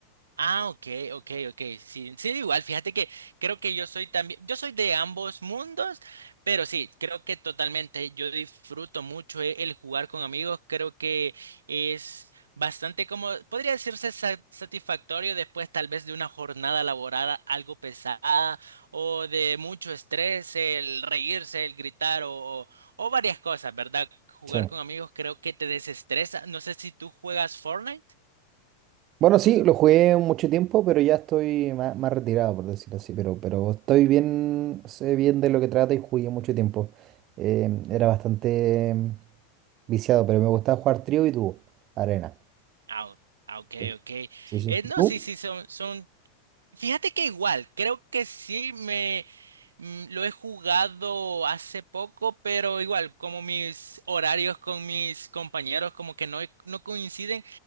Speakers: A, on the right; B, on the right.
A: Ah, ok, ok, ok. Sí, sí, igual, fíjate que creo que yo soy también, yo soy de ambos mundos, pero sí, creo que totalmente yo disfruto mucho e- el jugar con amigos, creo que es bastante como, podría decirse sa- satisfactorio después tal vez de una jornada laboral algo pesada o de mucho estrés, el reírse, el gritar o, o o varias cosas, ¿verdad? Jugar
B: Sí.
A: con amigos creo que te desestresa. No sé si tú juegas Fortnite.
B: Bueno, sí, lo jugué mucho tiempo, pero ya estoy más, más retirado, por decirlo así. Pero, pero estoy bien, sé bien de lo que trata y jugué mucho tiempo. Eh, era bastante mm, viciado, pero me gustaba jugar trío y dúo, arena.
A: Ah, ah, ok,
B: Sí,
A: ok.
B: sí, sí.
A: Eh,
B: ¿Y
A: no,
B: ¿Tú?
A: sí, sí, son, son. Fíjate que igual, creo que sí me mm, lo he jugado hace poco, pero igual, como mis horarios con mis compañeros como que no, no coinciden,